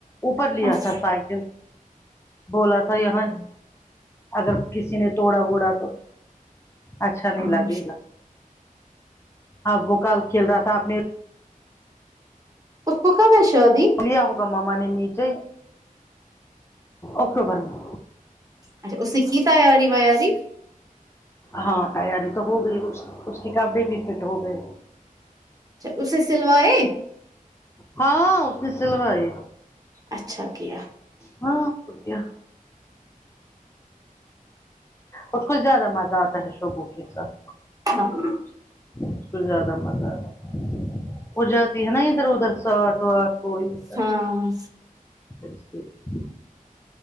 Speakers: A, on the left; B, on the right.
A: اوپر لیا
B: اچھا
A: تھا سائیکل بولا تھا یہاں اگر کسی نے توڑا ووڑا تو اچھا نہیں
B: ہاں
A: لگے گا اب وہ کل کھیل رہا تھا آپ نے
B: اس کو کب ہے شادی
A: لیا ہوگا ماما نے نیچے اکٹوبر میں
B: اچھا اس نے کی تیاری ویاری
A: ہاں تیاری تو ہو گئی اس اس کے کپڑے بھی فٹ ہو گئے
B: اچھا اسے سلوائے
A: ہاں اس نے سلو ائی
B: اچھا کیا
A: ہاں پر کیا اس کو زیادہ مزہ آتا ہے شبوں کے ساتھ
B: <unintelligible>
A: اس کو زیادہ مزہ اتا وہ جاتی ہے نا ادھر ادھر ساتھ بار کوئی سا
B: ہاں
A: <unintelligible>